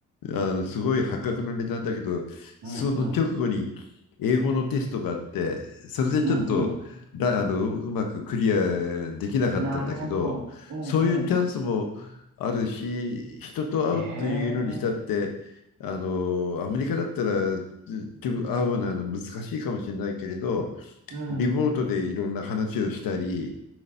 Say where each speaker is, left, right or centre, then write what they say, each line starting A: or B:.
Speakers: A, on the left (about 85°); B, on the right (about 60°).
A: あのすごい破格の値段だけど、
B: うん、
A: その直後に英語のテストがあって、
B: うん、
A: それでちょっとだあのううまくクリアできなかったんだけど、
B: うん、うん。なるほど。うん、
A: そういうチャンスもあるし、
B: うん。
A: 人と会うというのにしたって、
B: ええ
A: あのアメリカだったらず会うのは難しいかもしれないけれど、
B: うん。
A: リモートでいろんな話をしたり、